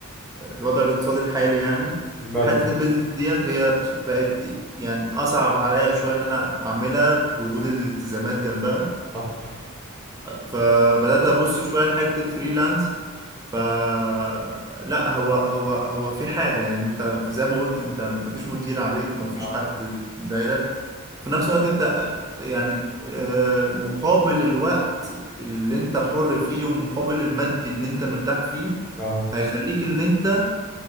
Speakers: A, on the right; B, in the centre.
A: الوضع الاقتصادي الحالي يعني
B: بلد
A: فحته البيزنس ديت هي بقت يعني اصعب عليا شويه ان انا اعملها بوجود الالتزامات جنبها
B: صح
A: فبدأت أبص شوية لحتة الفريلانس فلا هو هو هو في حاجة يعني أنت زي ما قلت أنت مفيش مدير عليك مفيش
B: اه
A: حد دايرك في نفس الوقت أنت يعني آه، مقابل الوقت اللي أنت حر فيه ومقابل المادي اللي أنت مرتاح فيه
B: اه
A: هيخليك إن أنت